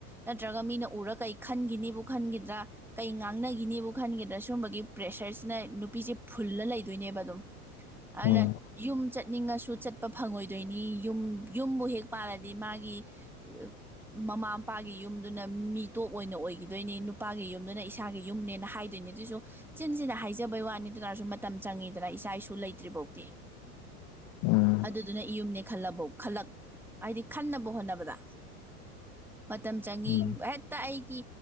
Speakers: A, in the centre; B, on the left (about 40°).
A: ꯅꯠꯇ꯭ꯔꯒ ꯃꯤꯅ ꯎꯔ ꯀꯔꯤ ꯈꯟꯈꯤꯅꯤꯕꯨ ꯈꯟꯈꯤꯗ꯭ꯔꯥ ꯀꯩ ꯉꯥꯡꯅꯈꯤꯅꯤꯕꯨ ꯈꯟꯒꯗ꯭ꯔꯥ ꯁꯨꯝꯕꯒꯤ ꯄ꯭ꯔꯦꯁꯔꯁꯤꯅ ꯅꯨꯄꯤꯁꯦ ꯐꯨꯜꯂ ꯂꯩꯗꯣꯏꯅꯦꯕ ꯑꯗꯨꯝ ꯑꯅꯦ
B: ꯎꯝ
A: ꯌꯨꯝ ꯆꯠꯅꯤꯡꯉꯁꯨ ꯆꯠꯄ ꯐꯪꯉꯣꯏꯗꯣꯏꯅꯤ ꯌꯨꯝ ꯌꯨꯝꯕꯨ ꯍꯦꯛ ꯄꯥꯜꯂꯗꯤ ꯃꯥꯒꯤ ꯑꯦ ꯃꯃꯥ ꯃꯄꯥꯒꯤ ꯌꯨꯝꯗꯨꯅ ꯃꯤꯇꯣꯞ ꯑꯣꯏꯅ ꯑꯣꯏꯈꯤꯗꯣꯏꯅꯦ ꯅꯨꯄꯥꯒꯤ ꯌꯨꯝꯗꯨꯅ ꯏꯁꯥꯒꯤ ꯌꯨꯝꯅꯦꯅ ꯍꯥꯏ ꯑꯗꯨꯏꯅꯦ ꯑꯗꯨꯑꯣꯁꯨ ꯆꯤꯟꯁꯤꯅ ꯍꯥꯏꯖꯕꯩ ꯋꯥꯅꯤ ꯑꯗꯨꯅꯔꯁꯨ ꯃꯇꯝ ꯆꯪꯉꯤꯗꯅ ꯏꯆꯥ ꯏꯁꯨ ꯂꯩꯇ ꯇ꯭ꯔꯤꯄꯧꯇꯤ
B: ꯎꯝ
A: ꯑꯗꯨꯗꯨꯅ ꯌꯨꯝꯅꯦ ꯈꯜꯂꯕꯨꯧ ꯈꯜꯂꯛ ꯍꯥꯏꯗꯤ ꯈꯟꯅꯕ ꯍꯣꯠꯅꯕꯗ ꯃꯇꯝ ꯆꯪꯏ
B: ꯎꯝ
A: ꯍꯦꯛꯇ ꯑꯩꯒꯤ